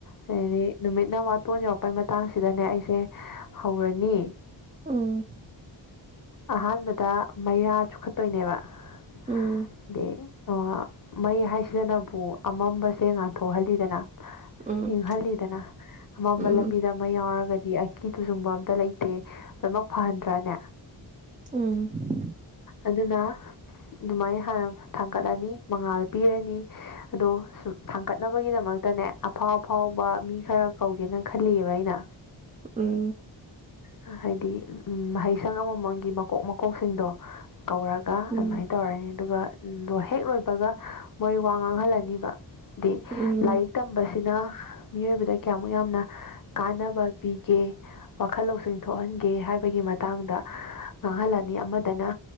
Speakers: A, on the left (about 45°); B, on the right (about 20°).
A: ꯑꯗꯩꯩꯗꯤ ꯅꯨꯃꯤꯠꯅ ꯋꯥ ꯇꯣꯟ ꯌꯧꯔꯛꯄꯩ ꯃ ꯇꯥꯡꯁꯤꯗꯅꯦ ꯑꯩꯁꯦ ꯍꯧꯔꯅꯤ
B: ꯎꯝ
A: ꯑꯍꯥꯟꯕꯗ ꯃꯩꯔꯥ ꯆꯨꯈꯠꯇꯣꯏꯅꯦꯕ
B: ꯎꯝ ꯎꯝ
A: ꯍꯥꯏꯗꯤ ꯑ ꯃꯩ ꯍꯥꯏꯁꯤꯅꯕꯨ ꯑꯃꯝꯕꯁꯦ ꯉꯥꯟꯊꯣꯛꯍꯜꯂꯤꯗꯅ
B: ꯎꯝ
A: ꯏꯪꯍꯜꯂꯤꯗꯅ ꯑꯃꯝꯕ
B: ꯎꯝ ꯎꯝ ꯎꯝ
A: ꯂꯝꯕꯤꯗ ꯃꯩ ꯌꯥꯎꯔꯒꯗꯤ ꯑꯀꯤ ꯇꯨꯖꯨꯡꯕ ꯑꯝꯇ ꯂꯩꯇꯦ ꯂꯣꯏꯃꯛ ꯐꯍꯟꯗ꯭ꯔꯅꯦ
B: ꯎꯝ
A: ꯑꯗꯨꯅ ꯑꯗꯨꯃꯥꯏꯅ ꯍꯥꯟꯅ ꯊꯥꯡꯒꯠꯂꯅꯤ ꯃꯉꯥꯜ ꯄꯤꯔꯅꯤ ꯑꯗꯣ ꯁꯨꯝ ꯊꯥꯡꯒꯠꯅꯕꯒꯤꯗꯃꯛꯇꯅꯦ ꯑꯐꯥꯎ ꯑꯐꯥꯎꯕ ꯃꯤ ꯈꯔ ꯀꯧꯒꯦꯅ ꯈꯜꯂꯤꯌꯦꯕ ꯑꯩꯅ
B: ꯎꯝ
A: ꯍꯥꯏꯗꯤ ꯎꯝ ꯃꯍꯩꯁꯪ ꯑꯃꯃꯝꯒꯤ ꯃꯀꯣꯛ ꯃꯀꯣꯛꯁꯤꯡꯗꯣ ꯀꯧꯔꯒ ꯒ
B: ꯎꯝ
A: ꯑꯗꯨꯃꯥꯏꯅ ꯇꯧꯔꯅꯤ ꯑꯗꯨꯒ ꯗꯣ ꯍꯦꯛ ꯂꯣꯏꯕꯒ ꯃꯣꯏ ꯋꯥ ꯉꯥꯡꯍꯜꯂꯅꯤꯕ ꯗꯤ
B: ꯎꯝ
A: ꯂꯥꯏꯔꯤꯛ ꯇꯝꯕꯁꯤꯅ ꯃꯤꯑꯣꯏꯕꯗ ꯀꯌꯥꯃꯨꯛ ꯌꯥꯝꯅ ꯀꯥꯟꯅꯕ ꯄꯤꯒꯦ ꯈꯜ ꯂꯧꯁꯤꯡ ꯊꯣꯛꯍꯟꯒꯦ ꯍꯥꯏꯕꯒꯤ ꯃꯇꯥꯡꯗ ꯉꯥꯡꯍꯜꯂꯅꯤ ꯑꯃꯗꯅ